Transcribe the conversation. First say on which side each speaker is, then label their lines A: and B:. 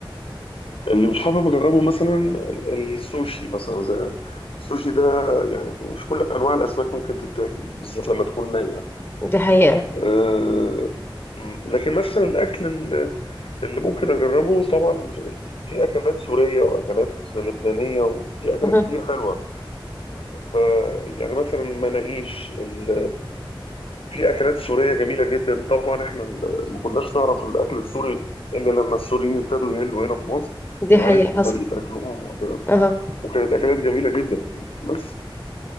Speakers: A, on the left (about 85°); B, on the left (about 20°).
A: اللي مش حابب اجربه مثلا ال- السوشي مثلا زي السوشي ده يعني مش كل انواع الاسماك ممكن تتاكل بالذات لما تكون نيه
B: دي حقيقة
A: آه، مم. لكن مثلا الاكل اللي اللي ممكن اجربه طبعا في في اكلات سوريه واكلات لبنانيه وفي اكلات
B: اها
A: كتير حلوه ف يعني مثلا مناقيش ال... في اكلات سوريه جميله جدا طبعا احنا ال- ما كناش نعرف الاكل السوري الا لما السوريين ابتدوا يهلوا هنا في مصر
B: دي
A: وعرفنا
B: حقيقة حصل
A: طريقه اكلهم واكلاتهم
B: اها
A: وكانت اكلات جميله جدا بس